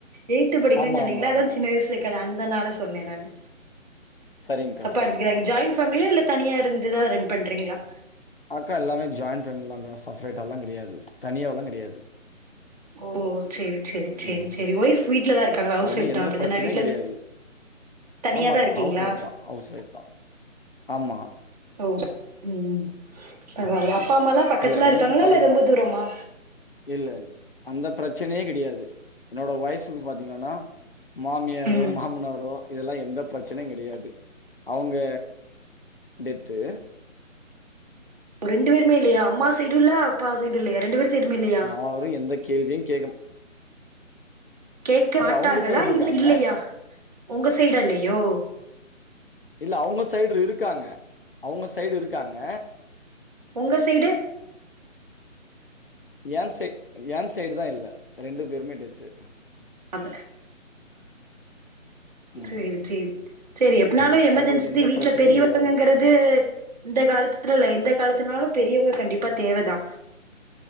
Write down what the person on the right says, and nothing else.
ஏய்த்து படிக்ற
சொன்னீங்களா
அதா சின்ன வயசு <unintelligible> இருக்குள்ளா அந்த நாள சொன்ன நானு
தப்பா
எடுத்துக்கிடாதிங்க ஜாயின் ஃபேமிலியா இல்ல தனியா இருந்துதா ரன் பண்றீங்களா
ஓ சேரி சேரி சேரி
சேரி ஒய்ஃப் வீட்லதா இருக்காங்களா ஹவுஸ்
ஒய்ஃப்தா
அப்டித்தான
வீட்லருந்து
தனியாதா
இருக்கீங்களா
ஓ ம் பரவால
அப்பா அம்மாலா பக்கத்துல
இருக்காங்களா
இல்ல ரொம்ப தூரமா
ம்
ஓ ரெண்டு பேருமே இல்லயா அம்மா சைடு இல்லா அப்பா சைடு இல்லயா ரெண்டு பேரு சைடுமே இல்லயா
கேட்க
மாட்டாங்களா
இல் இல்லயா உங்க சைடுல்லயோ
ஒங்க சைடு
அந்த
சேரி சேரி சேரி எப்டினாலு
எமர்ஜென்சி
வீட்ல
பெரியவங்கங்கறது
து இந்த காலத்துல இல்ல எந்த காலத்துலனாலு பெரியவங்க கண்டிப்பா தேவதா